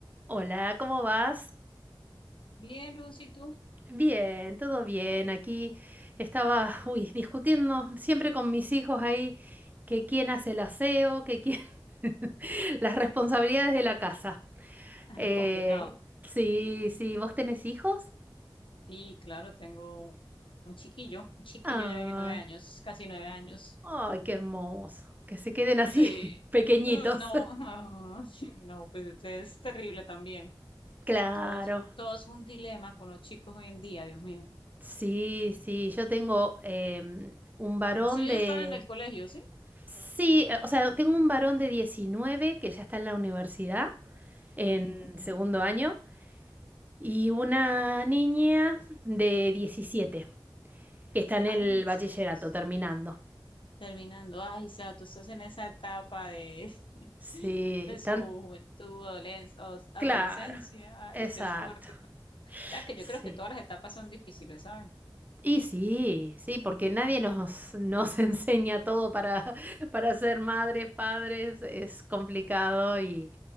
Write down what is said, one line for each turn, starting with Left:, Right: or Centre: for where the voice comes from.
Right: Hola, ¿cómo vas?
Left: Bien, Lucy, ¿tú?
Right: Bien, todo bien. Aquí estaba, <laughs> uy, discutiendo siempre con mis hijos ahí que quién hace el aseo, que quién... <laughs> las responsabilidades de la casa.
Left: Ay,
Right: Eh,
Left: complicado.
Right: sí, sí, ¿vos tenés hijos?
Left: Sí, claro, tengo un chiquillo, un chiquillo
Right: Ay,
Left: ya de nueve años, casi nueve años.
Right: ay, qué hermoso. Que se queden así
Left: Sí,
Right: <laughs> pequeñitos.
Left: Ah, no, <laughs> ah, sí, no, pues este es terrible también.
Right: Claro.
Left: Todo es, todo es un dilema con los chicos hoy en día, Dios mío.
Right: Sí, sí, yo tengo em, un varón
Left: Los suyos
Right: de
Left: están en el colegio, ¿sí?
Right: Sí, eh, o sea, tengo un varón de 19 que ya está en la universidad, en
Left: Ujú.
Right: segundo año, y una niña de 17 que está en el
Left: Ay, Dios.
Right: bachillerato terminando.
Left: Terminando, ay, o sea, tú estás en esa etapa de,
Right: Sí,
Left: <laughs> de su
Right: tan
Left: juventud, adolescencia,
Right: claro.
Left: adolescencia, ay,
Right: Exacto.
Left: qué es fuerte. Sabes que
Right: Sí.
Left: yo creo que todas las etapas son difíciles, ¿saben?
Right: Y sí, sí, porque nadie
Left: Ah,
Right: nos, nos <laughs> enseña todo para, <laughs> para ser madres, padres, es complicado y,